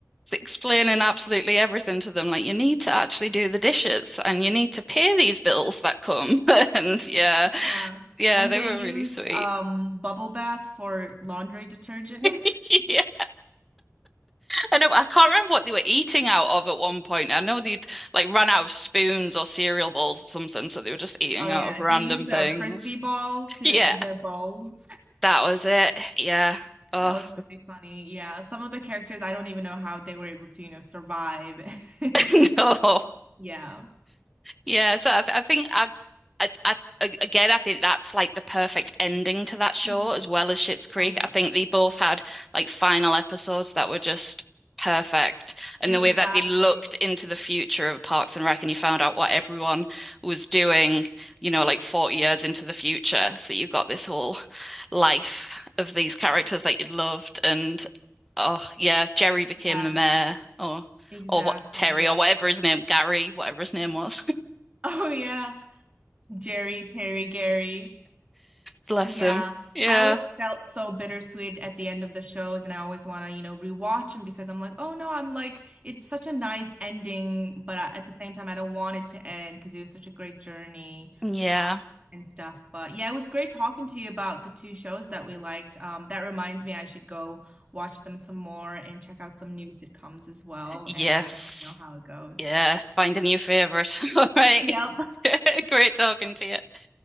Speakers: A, in the centre; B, on the right (about 25°).
A: explaining absolutely everything to them. Like, you need to actually do the dishes and you need to pay these bills that come. <laughs> And yeah,
B: Yeah.
A: yeah,
B: When
A: they
B: they
A: were
B: used
A: really sweet.
B: um bubble bath for laundry detergent. <laughs>
A: <laughs> Yeah. I know, I can't remember what they were eating out of at one point. I know they'd like run out of spoons or cereal bowls or something, so they were just eating
B: Oh yeah,
A: out of random
B: they used
A: things.
B: a frisbee ball
A: <laughs>
B: to
A: Yeah,
B: as their balls. <laughs>
A: that was it. Yeah. Oh,
B: That was really funny. Yeah, some of the characters I don't even know how they were able to, you know, survive.
A: <laughs> no.
B: <laughs> Yeah.
A: Yeah, so I, th I think I, I, I again I think that's like the perfect ending to that show
B: Mhm.
A: as well as Schitt's Creek.
B: Oh yeah.
A: I think they both had like final episodes that were just perfect, and
B: Exactly.
A: the way that they looked into the future of Parks and Rec and you found out what everyone was doing, you know, like 40 years into the future. So you've got this whole life of these characters that you loved, and oh yeah, Jerry became
B: Yeah.
A: the mayor, or
B: Exactly.
A: or what Terry
B: Yeah.
A: or whatever
B: <laughs>
A: his name, Gary, whatever his name was.
B: Oh yeah. Jerry, Terry, Gary.
A: Bless
B: Yeah.
A: him. Yeah.
B: I always felt so bittersweet at the end of the shows and I always want to, you know, rewatch them because I'm like, "Oh no, I'm like it's such a nice ending, but I, at the same time I don't want it to end because it was such a great journey."
A: Yeah.
B: Um, and stuff. But yeah, it was great talking to you about the two shows that we liked. Um, that reminds me, I should go watch them some more and check out some new sitcoms as well.
A: Yes.
B: And I'll let you know how it goes.
A: Yeah. Find a new favorite. <laughs> All right.
B: Yep.
A: <laughs> Great talking to you.